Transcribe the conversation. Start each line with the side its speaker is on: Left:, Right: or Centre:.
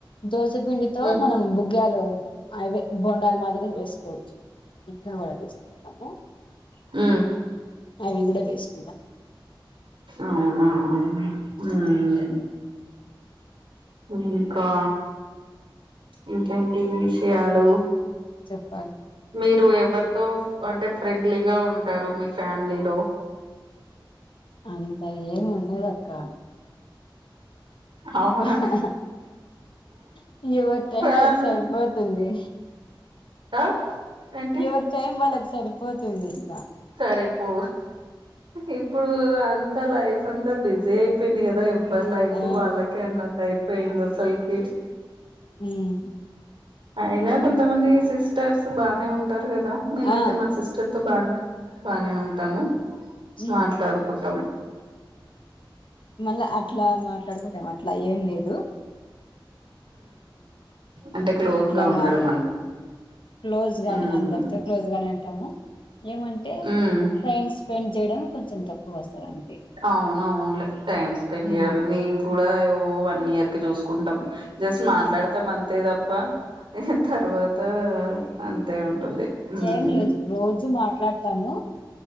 Left: దోసె పిండితో
Right: మ్మ్
Left: మనం బుగ్గాలు అవే బొండాలు మాదిరి వేసుకోవచ్చు ఇంట్లో కూడా వేసుకుంటాము
Right: ఊ
Left: అవి కూడా వేసుకుంటా
Right: అవునా మ్మ్
Left: ఉమ్,
Right: ఇంకా ఇంకేంటి విషయాలు
Left: చెప్పాల్
Right: మీరు ఎవరితో అంటే ఫ్రెండ్లీగా ఉంటారు మీ ఫ్యామిలీలో
Left: అంత ఏం ఉండదు అక్క
Right: అవునా
Left: <unintelligible> టైం
Right: ఫ్యామిలీ
Left: వా <unintelligible> సరిపోతుంది
Right: ఆ ఏంటి
Left: ఎవరి టైం వాళ్ళకి సరిపోతుంది ఇంక
Right: సరే పు ఇప్పుడు అంతా లైఫ్ అంత బిజీ అయిపోయింది కదా <unintelligible> లైఫ్
Left: ఆ
Right: వాళ్ళకే అన్నట్ అయిపోయింది అసలకి
Left: ఉమ్
Right: అయినా కొంతమంది సిస్టర్స్ బానే ఉంటారు కదా మేమైతే
Left: ఆ
Right: మా సిస్టర్తో బానే బానే ఉంటాను
Left: ఉమ్
Right: మాట్లాడుకుంటం
Left: మళ్ళ అట్ల మాట్లాడుకుంటాం అట్లా ఏం లేదు
Right: అంటే క్లోజ్గ
Left: అట్లా
Right: ఉండడం
Left: మాట్లా క్లోజ్
Right: <unintelligible>
Left: గానే అందరితో క్లోజ్ గానే ఉంటాము ఏమంటే
Right: ఉమ్
Left: టైం స్పెండ్ చేయడం కొంచెం తక్కువ వస్ <unintelligible>
Right: అవును అవును లే టైమ్ స్పెండ్
Left: ఉమ్
Right: <unintelligible> కూడ ఓ వన్ ఇయర్కి చూసుకుంటాం జస్ట్ మాట్లాడతాం
Left: ఉమ్.
Right: అంతే తప్ప తర్వాత అంతే ఉంటుంది ఉమ్
Left: ఏం లేదు రోజు మాట్లాడతాము